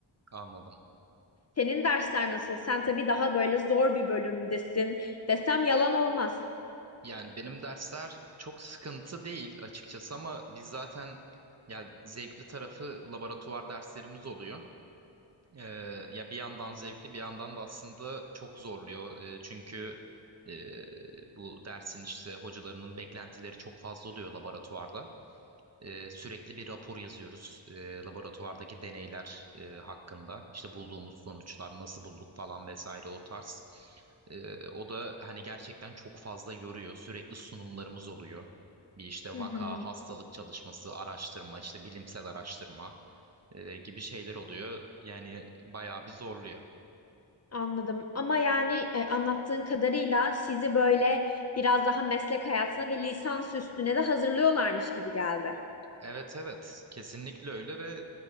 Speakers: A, on the right; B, on the left.
A: anladım.
B: Senin dersler nasıl? Sen tabii daha böyle zor bir bölümdesin desem yalan olmaz.
A: Yani benim dersler çok sıkıntı değil açıkçası ama biz zaten yani zevkli tarafı laboratuvar derslerimiz oluyor. Ee, ya bir yandan zevkli bir yandan da aslında çok zorluyor. Ee, çünkü e, bu dersin işte hocalarının beklentileri çok fazla oluyor laboratuvarda. Ee, sürekli bir rapor yazıyoruz ee, laboratuvardaki deneyler e, hakkında. İşte bulduğumuz sonuçlar nasıl bulduk falan vesaire o tarz. Ee, o da hani gerçekten çok fazla yoruyor. Sürekli sunumlarımız oluyor. Bir işte
B: Hı
A: vaka,
B: hı,
A: hastalık çalışması, araştırma, işte bilimsel araştırma e, gibi şeyler oluyor. Yani bayağı bir zorluyor.
B: anladım. Ama yani e, anlattığın kadarıyla sizi böyle biraz daha meslek hayatına ve lisans üstüne de hazırlıyorlarmış gibi geldi.
A: Evet evet kesinlikle öyle ve